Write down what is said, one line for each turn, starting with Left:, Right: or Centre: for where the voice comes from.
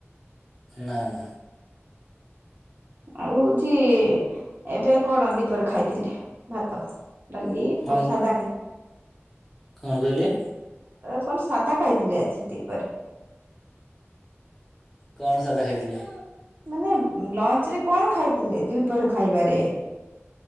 Centre: ନାଁ।
Right: ଆଉ ହୋଉଚି ଏବେ କଣ ଦିପରେ ଖାଇଥିଲି ଭାତ। ଡଲି
Centre: କଣ
Right: କଟ ସଦାକତ <unintelligible>
Centre: କଣ କହିଲେ?
Right: କଣ ସାଧା ଖାଇଥିଲେ ଆଜି ଦୀପରେ?
Centre: କଣ ସାଧା ଖାଇଥିଲେ?
Right: ମାନେ ଲଞ୍ଚ ରେ କଣ ଖାଇଥିଲେ ଦି ପହର ଖାଇବାରେ?